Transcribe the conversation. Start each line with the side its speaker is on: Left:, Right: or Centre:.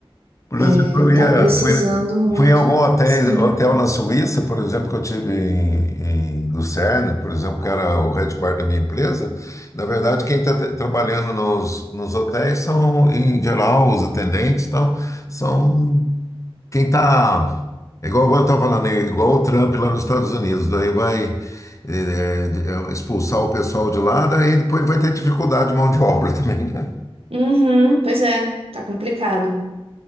Left: Por
Right: É,
Left: exemplo, eu
Right: tá
Left: ia,
Right: precisando
Left: fui,
Right: muito.
Left: fui em algum hotel,
Right: Sim.
Left: hotel na Suíça, por exemplo, que eu tive em, em Lucerna, por exemplo, que era o headquarter da minha empresa. Na verdade, quem está trabalhando nos, nos hotéis são, em geral, os atendentes, então, são Quem tá. é Igual eu estava falando, é igual o Trump lá nos Estados Unidos, daí vai é, é, é, expulsar o pessoal de lá, daí depois ele vai ter dificuldade de mão de obra <laughs> também, né?
Right: Uhum, pois é, tá complicado.